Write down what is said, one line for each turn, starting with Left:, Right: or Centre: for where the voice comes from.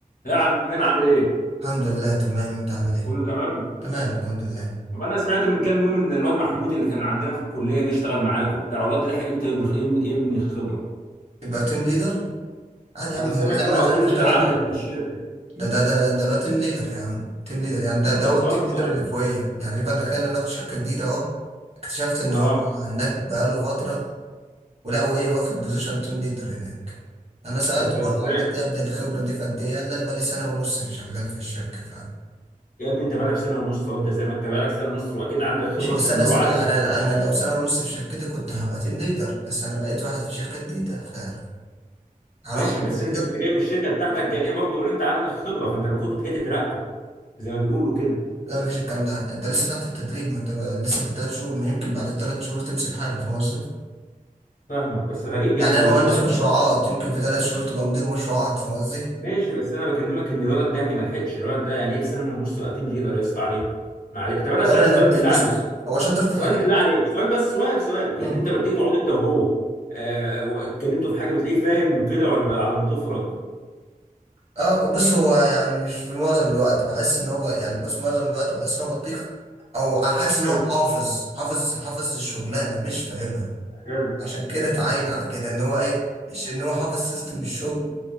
Left: يا عمنا عامل ايه؟
Right: الحمد لله تمام انت عامل ايه
Left: كله تمام؟
Right: تمام الحمد لله
Left: طب انا سمعت من كام يوم ان الواد محمود اللي كان عندنا في الكليه جه اشتغل معاك وبتاع الواد ده لحق امتى يبني يبني خبره؟
Right: يبقى تيم ليدر عادي يا
Left: انا
Right: عم زي
Left: سامع ان هو
Right: ما
Left: بقى
Right: زي
Left: تيم
Right: ما اشتغلنا
Left: ليدر عندك في الشركه
Right: ده ده ده ده بقى تيم ليدر يا عم تيم ليدر يعني ده
Left: انت
Right: ده
Left: بتهزر
Right: هو التيم ليدر اللي فوقيه يعني يبقى انت تخيل انا رحت شركه جديده اهو اكتشفت ان
Left: اه
Right: هو هناك بقاله فتره ولقوا ايه واخد بوزيشن تيم ليدر هناك انا سالت
Left: طب ده
Right: برضه
Left: ازاي؟
Right: عملت ايه ابدا الخبره دي في قد ايه قال لي انا بقالي سنه ونص في شغال في الشركه فعلا
Left: يا ابني انت بقالك سنه ونص وانت زي ما انت بقالك سنه ونص واكيد عندك خبره
Right: ماشي بس
Left: اكتر من
Right: انا
Left: اللي
Right: سنه
Left: هو عارفها
Right: انا انا لو سنه ونص في شركتي كنت هبقى تيم ليدر بس انا بقيت واحد في شركه جديده فهروح على
Left: ماشي بس
Right: تيم ليدر
Left: انت كنت جاي من الشركه بتاعتك جاي برضه وانت عندك خبره فانت المفروض كنت جاي تترقى زي ما بيقولوا كده
Right: لا مفيش الكلام ده انت لسه تحت التدريب ما انت لسه في الثلاث شهور ما يمكن بعد الثلاث شهور تمسك حاجه فاهم قصدي
Left: فاهمك بس غريب يعني
Right: يعني
Left: هو
Right: انا مهندس
Left: الولد
Right: مشروعات يمكن في ثلاث شهور تبقى مدير مشروعات فاهم قصدي
Left: ماشي بس انا بكلمك ان الولد ده يعني ما لحقش الولد ده يعني ايه في سنه ونص بقى تيم ليدر يا اسطى عليك معلش طب انا اسالك
Right: اولا
Left: سؤال
Right: انك
Left: بالله
Right: تس- بص
Left: عليك
Right: بص هو شاطر في
Left: سؤال
Right: حاجات
Left: بالله عليك سؤال بس سؤال سؤال
Right: مم.
Left: يعني انت لما بتيجي تقعد انت وهو آه واتكلمتوا في حاجه بتلاقيه فاهم وكده ولا على ما تفرج
Right: اه بص هو يعني مش في معظم الوقت بحس ان هو يعني بص معظم الوقت بحس ان هو بطيخ او احس ان
Left: حلو
Right: هو حافظ حافظ حافظ الشغلانه مش فاهمها
Left: حلو
Right: عشان كده اتعين على كده ان هو ايه إيش- ان هو حافظ سيستم الشغل